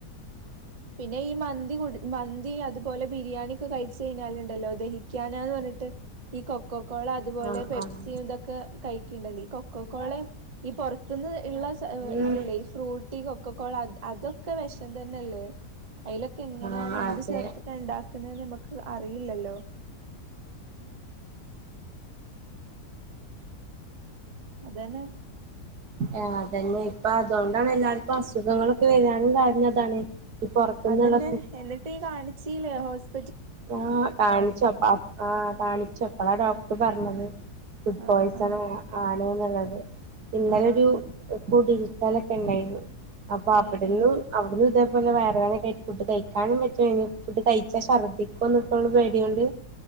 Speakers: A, on the right; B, on the right.
A: പിന്നെ ഈ മ <unintelligible> മന്തി അതുപോലെ ബിരിയാണി ഒക്കെ കഴിച്ച് കയ്ഞ്ഞാല്ണ്ടല്ലോ ദഹിക്കാനാന്ന് പറഞ് ട്ട് ഈ കൊക്കോകോള അത്പോലെ
B: ആഹ്
A: പെപ്സി
B: ആഹ്
A: ഇതൊക്കെ ക ക്കിനെങ്കി ഈ കൊക്കകോളേം ഈ പൊർ ത്ത്ന്ന് ള്ള സ
B: ഉം
A: ഇതില്ലേ ഈ ഫ്രൂട്ട് ട്ടി കൊക്കകോള അതൊക്കെ വെഷം തെന്നല്ലേ അയ്ലൊക്കെ എങ്ങന
B: ആഹ്
A: എന്ത്
B: അതെ
A: ചേർത്തിട്ടാ ഇണ്ടാക്കുന്നെന്ന് ഞമ്മക്ക് അറില്ലല്ലോ അതന്നെ
B: ആ അതന്നെ ഇപ്പ അതുകൊണ്ടാണ് എല്ലാർക്കും അസുഖങ്ങളൊക്കെ വരാനും കാരണം അതാണ് ഈ പൊറത്തുന്നുള്ള
A: അതന്നെ എന്നിട്ട് ഈ കാണിച്ചി ല്ലേ ഹോസ്
B: ആ കാണിച്ചപ്പ ആഹ് കാണിച്ചപ്പളാ ഡോ ടർ പറഞ്ഞത് ഫുഡ് പോയ്സൺ
A: ആഹ് ആഹ്
B: ആണ് ആ ണ്ന്ന്ള്ളത് ഇന്നലൊരു
A: ആഹ്
B: ഏഹ് <unintelligible> കാലൊക്കെ ഇണ്ടായിന്നു അപ്പോ അവിട്ന്നു
A: ഏഹ് ഏഹ്
B: അവിട്ന്നു ഇതേപോലെ വേയറ് വേദനൊക്കെ ആയി ഫുഡ് കഴിക്കാനും പറ്റ്ണില്ല ഫുഡ് കഴിച്ചാ ശർദ്ദി <unintelligible> പേടികൊണ്ട്